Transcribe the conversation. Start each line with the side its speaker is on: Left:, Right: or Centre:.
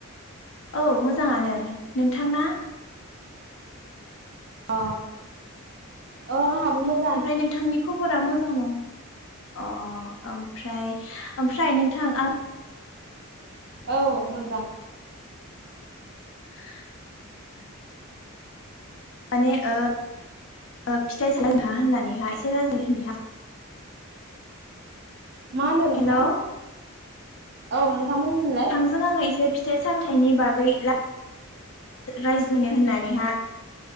Left: औ मोजाङानो नोंथां ना?
Right: औ औ आंहाबो मोज
Left: ओमफ्राय नोंथांनि। खबरा मोजां नं अ ओमफ्राय ओमफ्राय नोंथां आं
Right: औ मोजां।
Left: <unintelligible> माने ओ फिथाइ <unintelligible>
Right: मा होनदों नोंथां
Left: हेलौ
Right: औ नोंथां बुंफिनलाय।
Left: जों आं एसे फिथाइ सामथाइनि बागै ला रायज्लायनो होननानैहा।